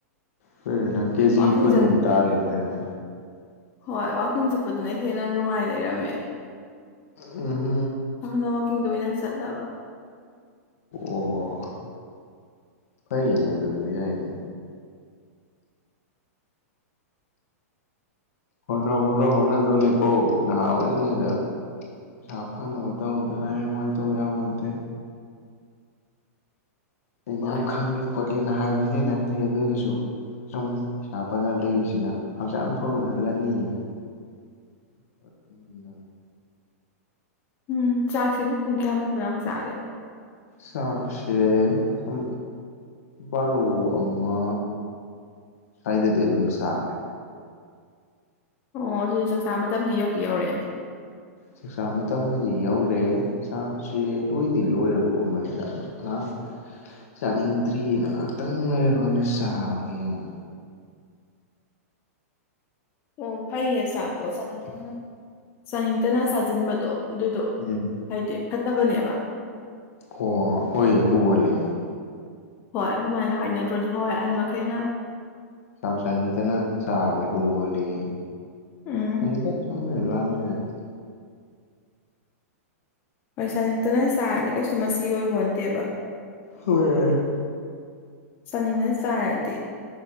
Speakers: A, on the left; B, on the left.
A: ꯐꯅꯪ ꯀꯦꯁꯤꯣꯏ
B: ꯋꯥꯛꯀꯤꯡ
A: ꯅꯨꯅꯨꯡꯇꯥꯌꯦ
B: ꯆꯠꯄ
A: ꯀꯅ
B: ꯍꯣꯏ ꯋꯥꯛꯀꯤꯡ ꯆꯠꯄꯗꯨꯅ ꯍꯦꯟꯅ ꯅꯨꯡꯉꯥꯏ ꯂꯩꯔꯝꯃꯦ
A: ꯎ <unintelligible>
B: ꯑꯗꯨꯅ ꯋꯥꯛꯀꯤꯡꯗꯣ ꯑꯣꯏꯅ ꯆꯠꯂꯕ
A: ꯑꯣ ꯐꯩꯅꯦ ꯑꯗꯨꯁꯨ ꯌꯥꯏꯅꯦ ꯍꯣꯠꯅꯧ ꯍꯣꯠꯅꯧ ꯍꯣꯠꯅꯗꯧꯅꯦꯀꯣ ꯅꯍꯥ ꯑꯣꯏꯔꯤꯉꯩꯗ ꯄꯩꯁꯥ ꯐꯅꯕ ꯇꯧꯍꯧꯗꯅ ꯍꯌꯦꯡ ꯥꯏꯅ ꯇꯧ ꯌꯥꯎꯕꯟꯇꯦ ꯑꯩꯅ
B: ꯍꯣꯏ
A: ꯌꯥꯝ ꯈꯪꯉꯦ ꯈꯣꯠꯂꯦꯅ ꯍꯥꯏꯕꯕꯨꯗꯤ ꯅꯠꯇꯦ ꯑꯗꯨ ꯑꯣꯏꯔꯁꯨ ꯁꯨꯝ ꯏꯁꯥ ꯐꯅ ꯂꯩꯕꯁꯤꯅ ꯍꯛꯆꯥꯡ ꯐꯕꯅ ꯂꯅꯤ ꯍꯥꯏꯕꯗꯣ ꯅꯤ
B: ꯎꯝ ꯆꯥꯛꯁꯤꯕꯨ ꯄꯨꯡ ꯀꯌꯥꯃꯨꯛꯇꯔꯥꯡ ꯆꯥꯒꯦ
A: ꯁꯥꯁꯦ ꯎꯝ ꯕꯥꯔꯣ ꯑꯃ ꯁ꯭ꯋꯥꯏꯗꯗꯤ ꯑꯗꯨꯝ ꯁꯥꯔꯦ
B: ꯑꯣ ꯑꯗꯨꯗꯤ ꯆꯥꯛꯆꯥ ꯃꯇꯝꯗꯤ ꯌꯧꯗꯤ ꯌꯧꯔꯛꯑꯦꯅꯦ
A: ꯆꯥꯛꯆꯥꯥ ꯃꯇꯝꯕꯨꯗꯤ ꯌꯧꯔꯦ ꯆꯥꯛꯁꯦ ꯂꯣꯏꯗꯤ ꯂꯣꯏꯔꯕꯒꯨꯝꯕꯅꯤꯅ ꯑꯗꯣ ꯉꯥꯏꯍꯥꯛ ꯆꯥꯅꯤꯡꯗ꯭ꯔꯤꯑꯅ ꯉꯍꯥꯛꯇꯪ ꯂꯩꯔ ꯑꯩꯣꯏꯅ ꯆꯥꯒꯦꯅ
B: ꯑꯣ ꯐꯩꯌꯦ ꯆꯥꯛꯇꯣ ꯆꯥꯅꯤꯡꯊꯅ ꯆꯥꯅꯤꯡꯇꯅ ꯆꯥꯁꯤꯟꯕꯗꯣ ꯑꯗꯨꯏꯗꯣ
A: ꯎꯝ
B: ꯍꯥꯏꯗꯤ ꯐꯠꯇꯕꯅꯦꯕ
A: ꯑꯣ ꯍꯣꯏ ꯍꯨ ꯑꯣꯟꯂꯦ ꯍꯥꯏ
B: ꯍꯣꯏ ꯑꯗꯨꯃꯥꯏꯅ ꯍꯥꯏꯅꯗ꯭ꯔꯣ ꯅꯍꯋꯥꯏ ꯑꯍꯟ ꯃꯈꯩꯅ
A: ꯆꯥꯛ ꯆꯥꯅꯤꯡꯇꯅ ꯆꯥꯕꯁꯤ ꯍꯨ ꯑꯣꯟꯂꯦꯌꯦ
B: ꯎꯝ
A: ꯈꯪꯗꯦ ꯆꯨꯝꯃꯤꯔ ꯂꯥꯟꯔꯤꯔꯗꯤ
B: ꯍꯣꯏ ꯆꯥꯅꯤꯡꯇꯅ ꯆꯥꯔꯗꯤ ꯀꯩꯁꯨ ꯃꯆꯤ ꯑꯣꯏꯕꯣꯟꯇꯦꯕ
A: ꯍꯣꯏ
B: ꯆꯥꯅꯤꯡꯅ ꯆꯥꯏꯔꯗꯤ